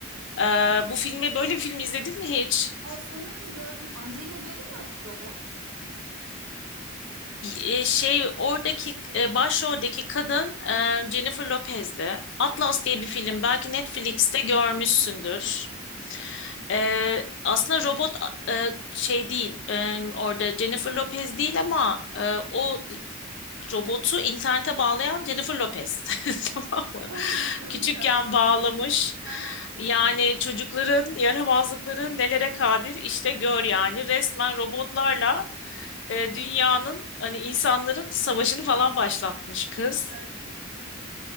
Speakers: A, on the left (about 60°); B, on the right (about 85°).
A: Ee, bu filmi böyle bir film izledin mi hiç?
B: Ay sanırım gördüm. Angelina Jolie mi robot?
A: E, şey oradaki e, başroldeki kadın e, Jennifer Lopez'di. Atlas diye bir film
B: Aa.
A: belki Netflix'te
B: <laughs>
A: görmüşsündür. E, aslında robot e, şey değil e, orada Jennifer Lopez değil ama e, o robotu internete bağlayan Jennifer Lopez <laughs> tamam mı?
B: Anladım
A: Küçükken
B: tamam.
A: bağlamış.
B: Aha,
A: Yani çocukların yaramazlıkları nelere kadir işte gör yani resmen robotlarla e, dünyanın hani insanların savaşını falan başlatmış kız.
B: Gerçekten.